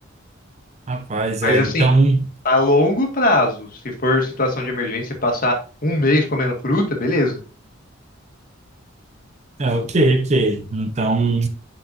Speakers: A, on the right; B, on the left.
A: rapaz,
B: Mas
A: é.
B: assim,
A: Então.
B: a longo prazo, se for situação de emergência, e passar um mês comendo fruta, beleza.
A: É, ok, ok. Então.